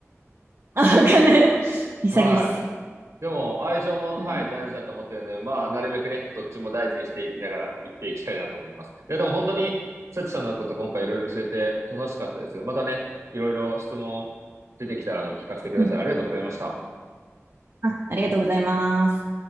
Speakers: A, on the right; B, on the right.
A: <laughs> あ、わかんねえ。<laughs> 潔いっす。
B: はい。でも、愛情も、
A: うん。
B: はい、大事だと思ってるので、まあ、なるべくね、どっちも大事にしていきながら、生きていきたいなと思います。いや、でも本当に、サチさんのこと今回いろいろ教えて楽しかったです。またね、いろいろ質問出てきたら、あの、聞かせてください。
A: うん。
B: ありがとうございました。
A: あ、ありがとうございます。